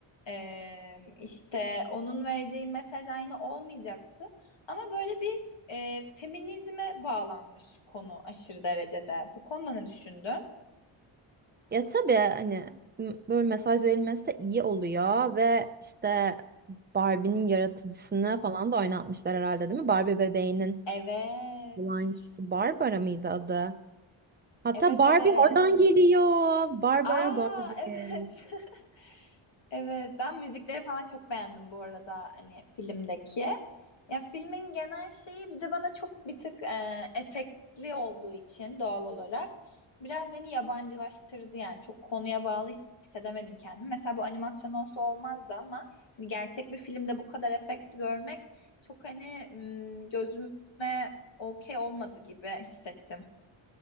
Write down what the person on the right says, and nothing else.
Ya tabii hani m- böyle mesaj verilmesi de iyi oluyor ve işte Barbie'nin yaratıcısını falan da oynatmışlar herhalde değil mi? Barbie bebeğinin
olan kişi Barbara mıydı adı? Hatta
Barbie
oradan geliyor. Barbara
Barbie.